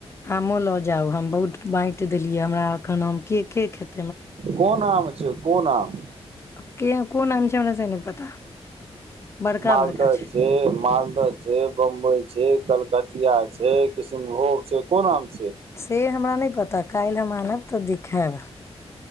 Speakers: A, on the left; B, on the right.
A: आमो लऽ जाउ हम बहुत बाँटि देलियै हमरा एखन आम के के खेत
B: कोन आम छै कोन आम
A: आब के कोन आाम छै हमरा से नहि पता बड़का
B: मालदह
A: बड़का
B: छै मालदह छै बम्बई छै कलक कतिया छै कृशनभोग छै कोन आम छै
A: से हमरा नहि पता काल्हि हम आनब तऽ देखाब